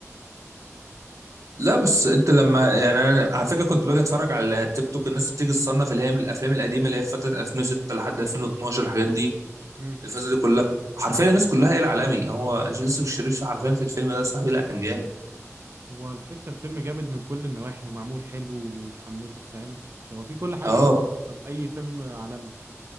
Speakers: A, on the right; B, on the right.
A: لا بس انت لما يعني انا على فكره كنت باجي اتفرج على تيك توك الناس بتيجي تصنف اللي هي من الافلام القديمه اللي هي في فتره 2006 لحد 2012 الحاجات دي
B: مم.
A: الفتره دي كلها حرفيا الناس كلها هي العالمي هو يوسف الشريف حرفيا في الفيلم ده صاحبي لا كان جامد
B: هو الفكرة الفيلم جامد من كل النواحي ومعمول حلو ويحمسك فاهم هو في كل حاجة
A: اه
B: ممكن تبقى في أي فيلم عالمي